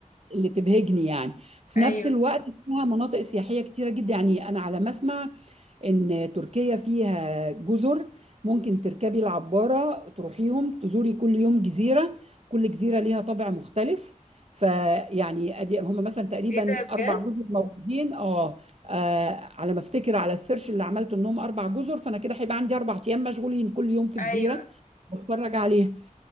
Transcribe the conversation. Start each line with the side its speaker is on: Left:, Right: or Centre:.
Right: اللي تبهجني يعني في
Left: ايوه
Right: نفس الوقت فيها مناطق سياحيه كتيره جدا يعني انا على ما اسمع ان تركيا فيها جزر ممكن تركبي العبارة تروحيهم تزوري كل يوم جزيرة كل جزيرة ليها طابع مختلف فيعني ادي هم مثلا تقريبا
Left: ايه ده بجد
Right: اربع جزر موجودين اه آه، على ما افتكر على السيرش اللي عملته انهم اربع جزر فانا كده هيبقى عندي اربع ايام مشغولين كل يوم في
Left: ايوه
Right: جزيرة بتفرج عليها